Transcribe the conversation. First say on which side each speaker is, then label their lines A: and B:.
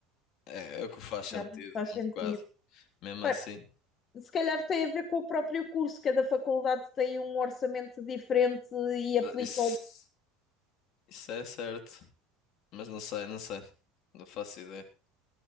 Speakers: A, on the left; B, on the left.
A: é, é o que faz sentido,
B: Realmente faz
A: um
B: sentido.
A: bocado. Mesmo
B: Pá,
A: assim,
B: se calhar tem a ver com o próprio curso, cada faculdade tem um orçamento diferente e aplica.
A: isso,
B: ao-
A: isso é certo, mas não sei, não sei, não faço ideia.